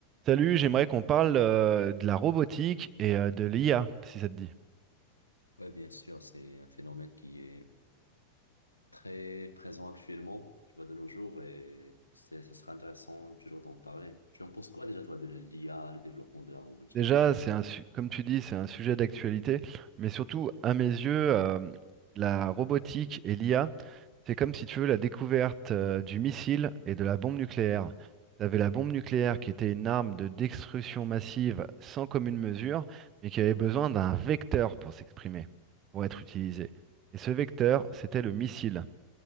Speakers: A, on the right; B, on the left.
A: Salut, j'aimerais qu'on parle euh, de la robotique et euh, de l'IA, si ça te dit.
B: Oui, bien sûr, c'est un phénomène qui est très présent actuellement, tu vois, de nos jours, et c'est, ça sera intéressant toujours d'en parler. Tu en penses quoi déjà, toi, de l'IA, le développement de la robotique,
A: Déjà,
B: tout
A: c'est
B: ça?
A: un, su- comme tu dis, c'est un sujet d'actualité, mais surtout, à mes yeux, euh, la robotique et l'IA, c'est comme si tu veux la découverte euh, du missile et de la bombe nucléaire. Tu avais la bombe nucléaire qui était une arme de destruction massive sans commune mesure, mais qui avait besoin d'un vecteur pour s'exprimer, pour être utilisé. Et ce vecteur, c'était le missile.